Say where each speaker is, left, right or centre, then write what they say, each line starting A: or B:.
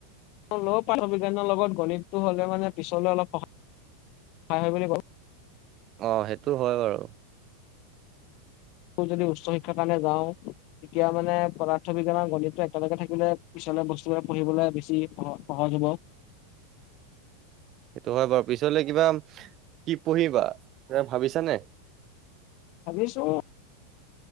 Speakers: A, on the left; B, on the right.
A: <inaudible> বিজ্ঞানৰ লগত গণিতটো হ'লে মানে পিছলে অলপ স হাই <inaudible>
B: অ, সেইটো হয় বাৰু।
A: যদি উচ্চ শিক্ষাৰ কাৰালে যাওঁ, তেতিয়া মানে পদাৰ্থ বিজ্ঞানৰ গণিতটো একেলগে থাকিলে পিছলে বস্তুব পঢ়িবলৈ বেছি সহ-সহজ হব।
B: সেইটো হয় বাৰু পিছলে কিবা কি পঢ়িবা ভাবিছানে?
A: ভাবিছোঁ